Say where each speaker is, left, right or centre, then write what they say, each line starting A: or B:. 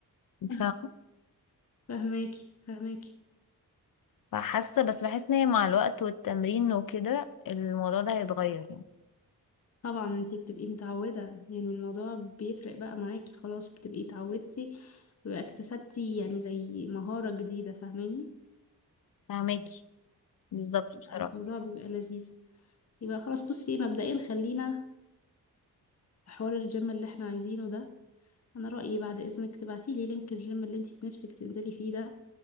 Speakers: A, on the left (about 55°); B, on the left (about 40°).
A: انت
B: <laughs>
A: فاهمه
B: فهماكي فهماكي
A: فحاسه بس بحس ان هي مع الوقت والتمرين وكده الموضوع ده هيتغير يعني
B: طبعا انتي بتبقي متعودة يعني الموضوع بيفرق بقى معاكي خلاص بتبقي اتعودتي بقى اكتسبتي يعني زي مهارة جديدة فاهماني
A: فاهماكي بالظبط بصراحه
B: الموضوع بيبقى لذيذ يبقى خلاص بصي مبدئيا خلينا في حوار الجيم اللي احنا عايزينه ده انا رأيي بعد اذنك تبعتي لي لينك الجيم اللي انت في نفسك تنزلي فيه ده